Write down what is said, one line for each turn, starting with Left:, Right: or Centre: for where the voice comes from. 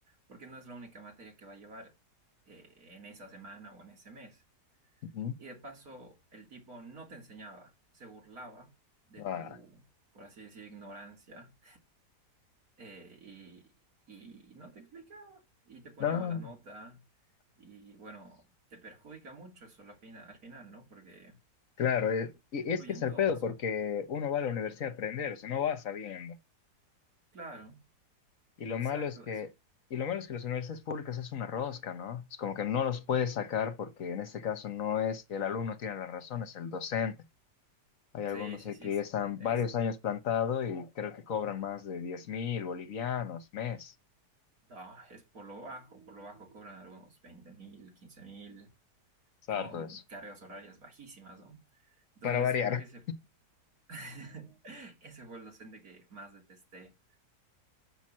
Right: porque no es la única materia que va a llevar eh, en esa semana o en ese mes.
Left: ujú.
Right: Y de paso, el tipo no te enseñaba, se burlaba de
Left: Ah,
Right: tu, por así decir, ignorancia, eh, y, y no te explicaba, y te ponía
Left: no.
Right: mala nota, y bueno, te perjudica mucho eso al final, al final, ¿no? Porque
Left: Claro, eh, y
Right: influye
Left: y es que es el
Right: todo
Left: pedo
Right: eso.
Left: porque uno va a la universidad a aprender, o sea, no va sabiendo.
Right: Claro,
Left: Y lo
Right: exacto,
Left: malo es que,
Right: eso.
Left: y lo malo es que las universidades públicas es una rosca, ¿no? Es como que no los puedes sacar porque en este caso no es que el alumno tiene la razón, es el docente. Hay algunos
Right: Sí, sí,
Left: ahí
Right: sí,
Left: que
Right: es,
Left: ya están
Right: es, es-
Left: varios años plantado y creo que cobran más de diez mil bolivianos mes.
Right: no, es por lo bajo, por lo bajo cobran algunos 20 mil, 15 mil,
Left: Es
Right: con
Left: harto eso.
Right: cargas horarias bajísimas, ¿no? Entonces,
Left: Para variar.
Right: yo creo que se <laughs> Ese fue el docente que más detesté.